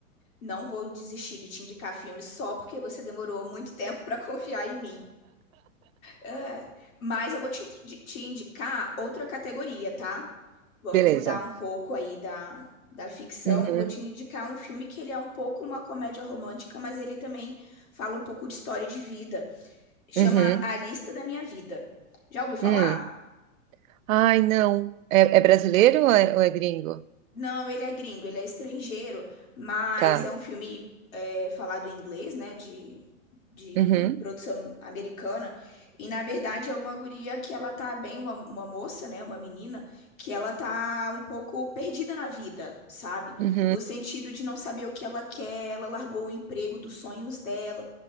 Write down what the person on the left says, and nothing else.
Não vou desistir de te indicar filmes só porque você demorou muito tempo para <laughs> confiar em mim. É, mas eu vou te, te indicar outra categoria, tá? Vamos
mudar um pouco aí da, da ficção
e vou te indicar um filme que ele é um pouco uma comédia romântica, mas ele também fala um pouco de história de vida. Chama
A Lista da Minha Vida. Já ouviu falar?
Não, ele é gringo, ele é estrangeiro, mas
é um filme é, falado em inglês, né? De, de
produção americana. E na verdade é uma guria que ela tá bem, uma, uma moça, né? Uma menina, que ela tá um pouco perdida na vida, sabe?
No sentido de não saber o que ela quer, ela largou o emprego dos sonhos dela.